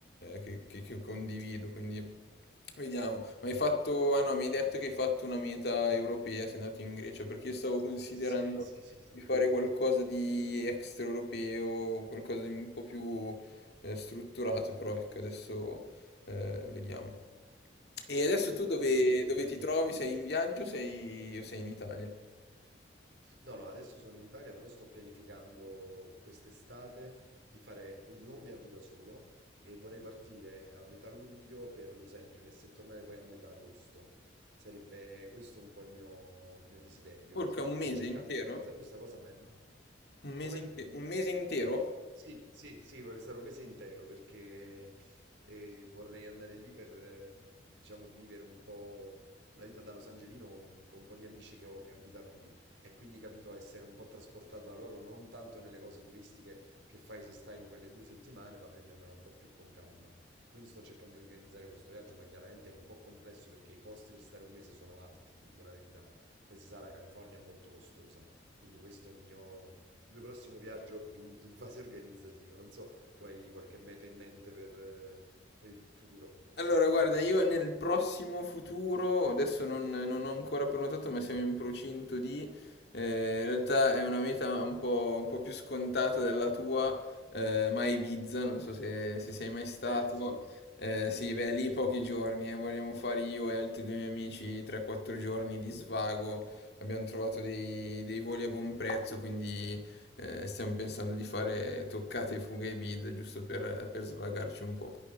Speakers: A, on the left; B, on the right.
A: che, che- che condivido, quindi vediamo. Ma hai fatto, ah no, mi hai detto che hai fatto una meta europea, sei andato in Grecia, perché io stavo considerando
B: Sì, sì, sì, sì.
A: di fare qualcosa di extraeuropeo, qualcosa di un po' più eh, strutturato, però ecco, adesso eh, vediamo. E adesso tu dove,
B: Beh, secondo me.
A: dove ti trovi? Sei in viaggio o sei, o sei in Italia?
B: No, no, adesso sono in Italia, però sto pianificando quest'estate di fare un- di nuovo un viaggio da solo e vorrei partire a metà luglio per Los Angeles e tornare poi a metà agosto. Sarebbe questo un po' il mio, il mio desiderio.
A: Porca, un
B: Sto
A: mese
B: cercando
A: intero?
B: di organizzare questa cosa, ma è...
A: Un
B: Come?
A: mese, inte- un mese intero?
B: Sì, sì, sì, vorrei stare un mese intero perché eh, vorrei andare lì per, eh, diciamo, vivere un po' la vita da Los Angelino con, con un po' di amici che ho che abitano lì e quindi, capito, essere un po' trasportato da loro, non tanto nelle cose turistiche che fai se stai in quelle due settimane, ma prendermela un po' più con calma. Quindi sto cercando di organizzare questo viaggio, ma chiaramente è un po' complesso perché i costi per stare un mese sono alti, ti dico la verità. Poi si sa, la California è molto costosa, quindi questo è il mio il mio prossimo viaggio in, in fase organizzativa. Non so, tu hai qualche meta in mente per, eh, per il futuro?
A: Allora, guarda, io nel prossimo futuro, adesso non, non ho ancora prenotato, ma siamo in procinto di, eh, in realtà è una meta un po', un po' più scontata della tua, eh, ma a Ibiza, non so se, se sei mai stato,
B: Eh sì,
A: eh, sì, beh, lì pochi giorni, eh, vogliamo fare io e altri due miei amici 3-4 giorni di svago, abbiamo trovato dei, dei voli a buon prezzo, quindi eh, stiamo pensando di fare toccate e fughe a Ibiza, giusto per per svagarci un po'.